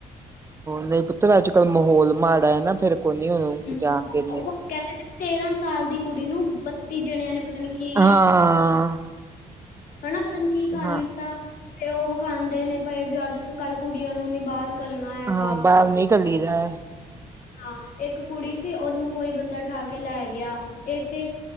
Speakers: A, on the right; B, on the left.
A: ਨਹੀਂ ਪੁੱਤਰ, ਅੱਜ ਕੱਲ੍ਹ ਮਾਹੌਲ ਮਾੜਾ ਹੈ ਨਾ। ਫੇਰ ਕੋ ਨਹੀ ਉਹਨੂੰ
B: ਹੈ
A: ਜਾਣ ਦਿੰਦੇ।
B: ਉਹ ਕਹਿੰਦੇ ਨੇ ਤੇਰਾਂ ਸਾਲ ਦੀ ਕੁੜੀ ਨੂੰ ਬੱਤੀ ਜਣਿਆਂ ਨੇ ਪਤਾ ਨੀ ਕੀ
A: ਹਾਂ।
B: ਹਨਾ। ਪਤਾ ਨ ਕੀ ਕਰਾ
A: ਹਾਂ
B: ਲਿੱਤਾ। ਤੇ ਉਹ ਵਿਖਾਂਦੇ ਨੇ ਪਏ ਵੀ ਅੱਜ ਤੋਂ ਕੱਲ ਕੁੜੀਆਂ ਨੂੰ ਨੀ ਬਾਹਰ ਘਲਣਾ ਹੈਗਾ।
A: ਹਾਂ ਬਾਹਰ ਨਿਕਲੀ ਦਾ
B: ਹਾਂ। ਇੱਕ ਕੁੜੀ ਸੀ ਉਹਨੂੰ ਕੋਈ ਬੰਦਾ ਉਠਾ ਕੇ ਲੈ ਗਿਆ। ਇਹ ਤੇ